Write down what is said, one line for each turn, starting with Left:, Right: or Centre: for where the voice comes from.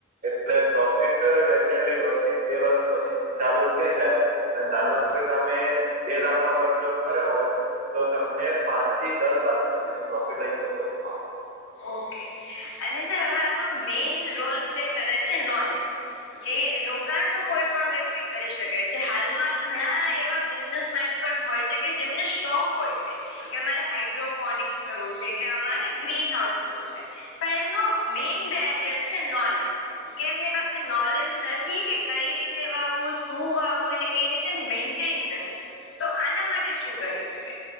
Right: એટલે પ્રોફિટ ટ ડેફિનેટલી દોઢ થી બે વર્ષ પછી જ ચાલુ થઈ જાય, અને ધારો કે તમે બે લાખ નો ખર્ચો કર્યો હોય તો તમે પાંચ થી દસ લાખ સુધી નું પ્રોફિટ લઈ શકો છો આમાં.
Left: ઓકે. અને સર હવે આમાં મેઈન રોલ પ્લે કરે છે, નોલેજ. કે રોકાણ તો કોઈ પણ વ્યક્તિ કરી શકે છે, હાલમાં ઘણા એવા બિઝ <unintelligible> એમ પણ હોય છે કે જેમને શોખ હોય છે કે અમારે હાઇડ્રોકોનિકસ કરવું છે, કે અમારે ગ્રીન હાઉસ કરવું છે. પણ એમનું મેઈન બેરિયર છે નોલેજ. કે એમની પાસે નોલેજ નથી, કે કંઈ રીતે વાવવું, શું વાવવું અને કઈ રીત મેન્ટેન કરવું, તો આના માટે શું કરી શકાય?